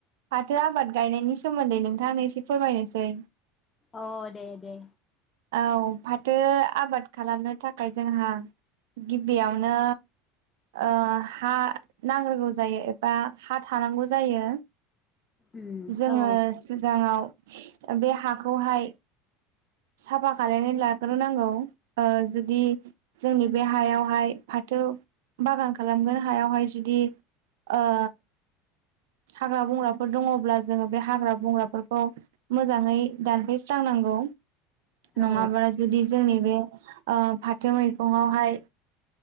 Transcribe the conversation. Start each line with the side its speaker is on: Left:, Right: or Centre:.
Right: फाथो आबाद गायनायनि सोमोन्दै नोंथांनो एसे फोरमायनोसै।
Left: अ दे दे।
Right: औ फाथो आबाद खालामनो थाखाय जोंहा गिबियावनो ओ हा नांग्रोगौ जायो एबा हा थानांगौ जायो।
Left: उम
Right: जोङो
Left: औ
Right: सिगाङाव बे हाखौहाय साफा खालायनानै लाग्रो नांगौ ओ जुदि जोंनि बे हायावहाय फा थो बागान खालामगोन हायावहाय जुदि ओ हाग्रा बंग्राफोर दङब्ला जोङो बे हाग्रा बंग्राफोरखौ मोजाङै दानफैस्रांनां गौ
Left: औ
Right: नङाब्ला जुदि जोंनि बे ओ फाथो मैगङावहाय